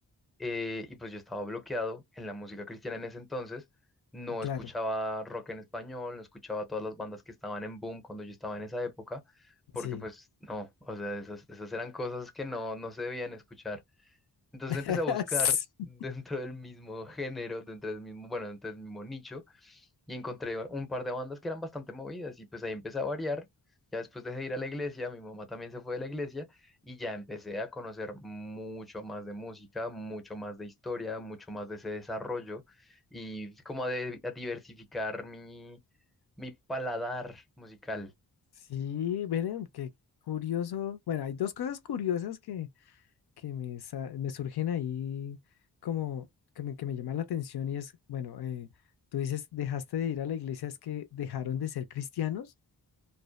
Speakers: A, in the centre; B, on the left (about 65°).
A: Eh, y pues yo estaba bloqueado en la música cristiana en ese entonces. No
B: claro,
A: escuchaba rock en español, no escuchaba todas las bandas que estaban en boom cuando yo estaba en esa época, porque
B: sí.
A: pues no, o sea, esas, esas eran cosas que no, no se debían escuchar. Entonces
B: <laughs>
A: empecé a buscar <laughs> dentro del mismo género, dentro del mismo, bueno, dentro del mismo nicho, y encontré un par de bandas que eran bastante movidas, y pues ahí empecé a variar. Ya después dejé de ir a la iglesia, mi mamá también se fue de la iglesia, y ya empecé a conocer mucho más de música, mucho más de historia, mucho más de ese desarrollo, y como a, de- a diversificar mi, mi paladar musical.
B: Sí, miren, qué curioso. Bueno, hay dos cosas curiosas que, que me, sa- me surgen ahí como que me, que me llaman la atención y es, bueno, eh, tú dices, dejaste de ir a la iglesia, es que dejaron de ser cristianos.